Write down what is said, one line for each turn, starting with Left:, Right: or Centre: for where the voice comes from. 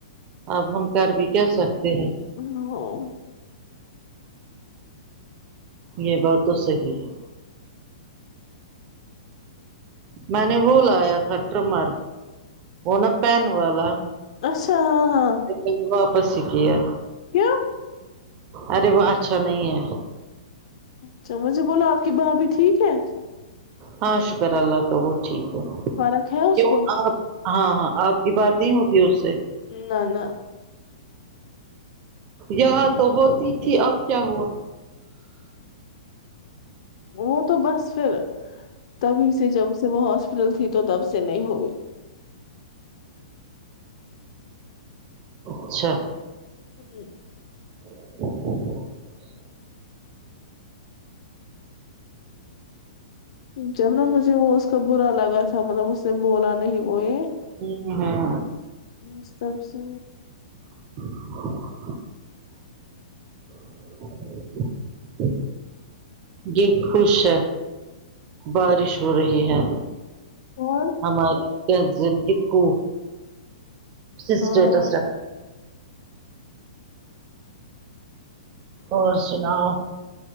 Right: اب ہم کر بھی کیا سکتے ہیں
Left: ہوں
Right: یہ بات تو صحیح ہے میں نے وہ لایا تھا ٹرمر وہ نا پین والا
Left: اچھا ہاں ہاں
Right: پھر واپس ہی کیا
Left: کیوں
Right: ارے وہ اچھا نہیں ہے
Left: اچھا مجھے بولو آپ کی بھابھی ٹھیک ہے
Right: ہاں شکر اللہ کا وہ ٹھیک ہے
Left: فرق ہے اس
Right: کیوں
Left: کو
Right: آپ ہاں ہاں آپ کی بات نہیں ہوتی اس سے
Left: نہ نہ
Right: یہاں تو ہوتی تھی اب کیا ہوا
Left: وہ تو بس پھر تبھی سے جب سے وہ ہاسپٹل تھی تو تب سے نہیں ہوئی
Right: اچھا
Left: کو
Right: <inaudible>
Left: جب نا مجھے وہ اس کا برا لگا تھا مطلب اس نے بولا نہیں وہ یہ
Right: ہمم ہاں
Left: مستب سے
Right: <inaudible> <inaudible> اور یہ خوش ہے بارش ہو رہی ہے
Left: ہاں
Right: ہماری کیا زل کیو اسٹیٹس
Left: ہاں
Right: رکھ اور سناؤ